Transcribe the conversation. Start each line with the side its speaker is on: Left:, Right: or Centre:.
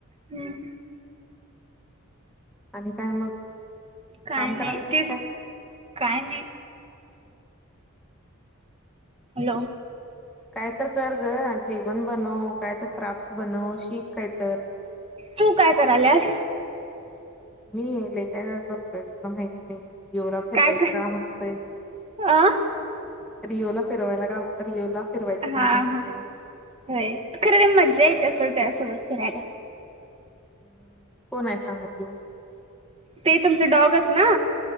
Right: हम्म
Centre: आणि काय मग?
Right: काय
Centre: काम
Right: नाही,
Centre: कराल तीस
Right: तेच
Centre: काय?
Right: काय नाही. हॅलो!
Centre: काय तर कर ग जेवण बनव काय तर क्राफ्ट बनव शीख काय तर! <inaudible>
Right: तू काय करायलीयास?
Centre: मी लेकाय करतोय तुला माहत नाही! येवरा फिरवायचं
Right: काय कर
Centre: काम असतंय.
Right: अ
Centre: रिओला फिरवायला का रिओला फिरवायचं
Right: हा
Centre: काम असते.
Right: हा खर तर मज्जा येत त्या सोबत फिरायला.
Centre: हम् कोण आहे सांगल येऊ
Right: ते तुमचं डॉगस ना?